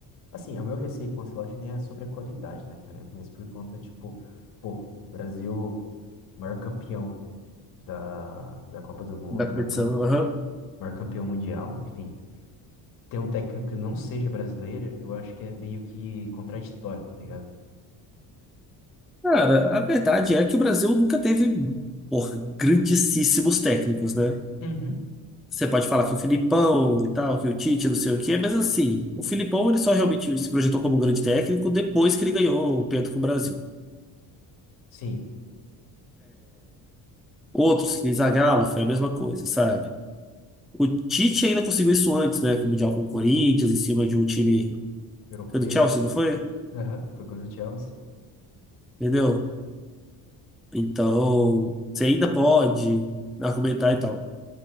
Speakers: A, on the left (about 55°); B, in the centre.
A: Assim, é o meu receio com o Ancelotti nem é sobre a qualidade, né, cara? Mas por conta, tipo, pô, Brasil, maior campeão da, da Copa do Mundo,
B: Da competição.
A: maior, cam-
B: aham.
A: maior campeão mundial, enfim. Ter um técnico que não seja brasileiro, eu acho que é meio que contraditório, tá ligado?
B: Cara, a verdade é que o Brasil nunca teve, porra, grandíssimos técnicos, né?
A: Uhum.
B: Você pode falar que o Filipão e tal, que o Tite, não sei o quê, mas assim, o Filipão ele só realmente se projetou como um grande técnico depois que ele ganhou o Penta com o Brasil.
A: Sim,
B: Outros, que nem Zagallo, foi a mesma coisa, sabe? O Tite ainda conseguiu isso antes, né? Com o Mundial com o Corinthians, em cima de um time.
A: europeu.
B: Foi do Chelsea, não foi?
A: Aham, Foi contra o Chelsea.
B: Entendeu? Então, você ainda pode argumentar e tal.